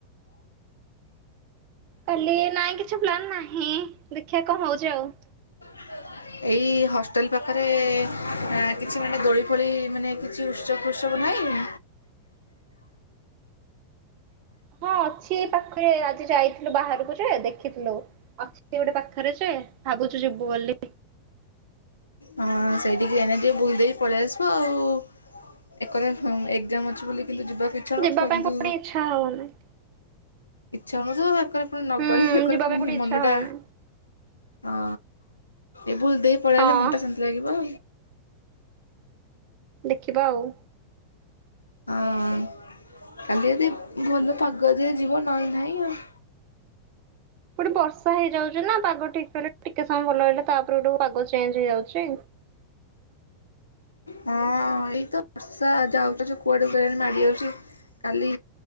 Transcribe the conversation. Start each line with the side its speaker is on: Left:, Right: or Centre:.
Right: କାଲି ନାଇଁ କିଛି ପ୍ଲାନ ନାହିଁ ଦେଖିଆ କଣ ହଉଚି ଆଉ।
Left: <inaudible> ଏଇ ହଷ୍ଟେଲ ପାଖରେ ଏଁ କିଛି ମାନେ ଦୋଳି ଫୋଳି ମାନେ। କିଛି ଉତ୍ସବ ଫୁତ୍ସବ ନାହିଁ?
Right: ହଁ ଅଛି ଏ ପାଖରେ ଆଜି ଯାଇଥିଲୁ ବାହାରୁକୁ ଯେ ଦେଖିଥିଲୁ ଅଛି ଗୋଟେ ପାଖରେ ଯେ ଭାବୁଛୁ ଯିବୁ ବୋଲି।
Left: ହଁ ସେଇଠିକି ଏନା ଟିକେ ବୁଲ୍ ଦେଇକି ପଳେଇ ଆସିବୁଆଉ। ଏକରେ ହୁଁ ଏକ୍ଜାମ ଅଛି ବୋଲି କିନ୍ତୁ ଯିବାକୁ ଇଚ୍ଛା ହଉନଥିବ
Right: ଯିବା ପାଇଁ
Left: କିନ୍ତୁ
Right: ପୁଣି ଇଛା ହଉନି।
Left: ଇଚ୍ଛା ହଉନି ଯେ ଏକରେ ଫୁଣି ନଗଲେ
Right: ହୁଁ
Left: ଏକରେ
Right: ଯିବା
Left: ଫୁଣି
Right: ପାଇଁ ପୁଣି
Left: ମନଟା।
Right: ଇଚ୍ଛା ହଉନି
Left: ଅଁ ଏ ଫୁଣି ଦେଇ ପଳେଇଲେ
Right: ହଁ
Left: ମନ ଟା ଶାନ୍ତି ଲାଗିବ।
Right: ଦେଖିବା ଆଉ।
Left: ହଁ କାଲି ଯଦି ଭଲ ପାଗ ଦିଏ ଯିବା ନହଲେ ନାହିଁ ଆଉ।
Right: ଗୋଟେ ବର୍ଷା ହେଇଯାଉଛି ନା ପାଗ ଠିକ ରହିଲେ ଟିକେ ସମୟ ଭଲ ହେଇଲେ ତାପରେ ଗୋ ପାଗ ଚେଞ୍ଜ ହେଇଯାଉଛି।
Left: ହଁ ଏଇତ ବର୍ଷା ଯାଉଛ କୁଆଡେ ମାଡି ଯାଉଛି କାଲି